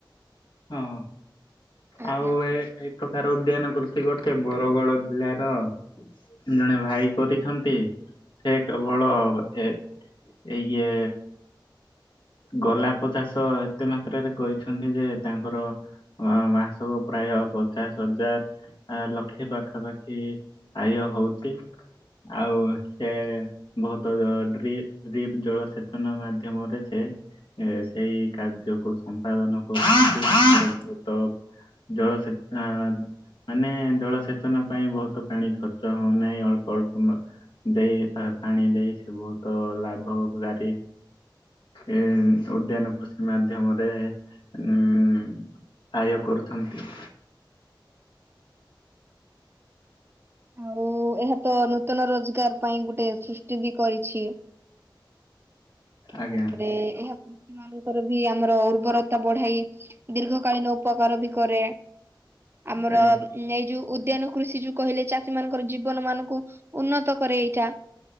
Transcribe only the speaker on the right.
ଆଜ୍ଞା।
ଆଉ ଏହା ତ ନୂତନ ରୋଜଗାର ପାଇଁ ଗୋଟେ ସୃଷ୍ଟି ବି କରିଛି।
ତାପରେ ଏହା କୃଷିମାନଙ୍କର ବି ଆମର ଉର୍ବରତା ବଢାଏ। ଦୀର୍ଘକାଳୀନ ଉପକାର ବି କରେ। ଆମର
ଏଇ ଯୋଉ ଉଦ୍ୟାନ କୃଷି ଯୋଉ କହିଲେ ଚାଷୀ ମାନଙ୍କର ଜୀବନ ମାନଙ୍କୁ ଉନ୍ନତ କରେ, ଏଇଟା